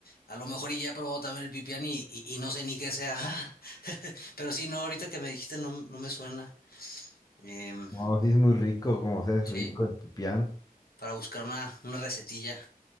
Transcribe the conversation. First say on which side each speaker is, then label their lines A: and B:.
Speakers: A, on the left; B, on the left.
A: a lo mejor y ya he probado también el pipián y, y- y no sé ni qué sea. <laughs> Pero sí, no, ahorita que me dijiste no, no me suena. Em,
B: No, sí es muy rico, como sea, es
A: sí,
B: rico el pipián.
A: para buscar una, una recetilla.